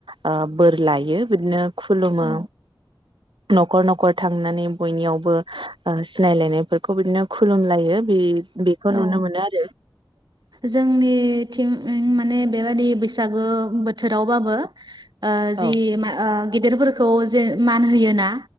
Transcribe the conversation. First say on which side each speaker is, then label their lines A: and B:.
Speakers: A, on the right; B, on the right.
A: ओ बोर लायो बिदिनो खुलुमो
B: औ
A: नख'र नख'र थांनानै बयनियावबो सिनायलायनायफोरखौ बिदिनो खुलुमलायो बे बेखौ
B: औ
A: नुनो मोनो आरो
B: जोंनिथिं ओम माने बेबादि बैसागो बोथोरावबाबो ओ जि
A: औ
B: मा ओ गेदिरफोरखौ जे मान होयोना